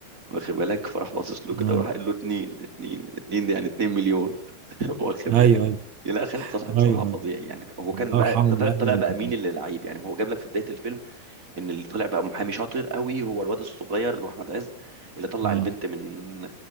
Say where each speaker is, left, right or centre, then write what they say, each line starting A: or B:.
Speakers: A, on the right; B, on the right.
A: واخد بالك فراح باصص له كده
B: اه
A: وراح قال له اتنين اتنين اتنين يعني اتنين مليون <laughs> واخد بالك
B: ايوه ايوه
A: لا خالد صالح بصراحه
B: ايوه
A: فظيع يعني هو كان
B: ارحمه
A: بقى طلع
B: لا
A: طلع
B: ده
A: بقى
B: كان
A: مين اللي لعيب يعني هو جاب لك في بدايه الفيلم ان اللي طلع بقى محامي شاطر قوي هو الواد الصغير اللي هو احمد عز اللي طلع
B: اه
A: البنت من